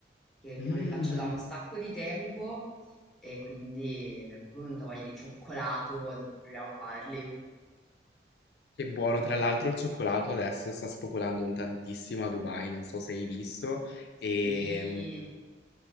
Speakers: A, in the centre; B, on the left.
A: che, che
B: Mm,
A: non li faccio da un sacco di tempo, e quindi mi è proprio venuta voglia di cioccolato, ho detto proviamo a farli.
B: che buono, tra l'altro il cioccolato adesso sta spopolando un tantissimo a Dubai, non so se hai visto, e,
A: Sì.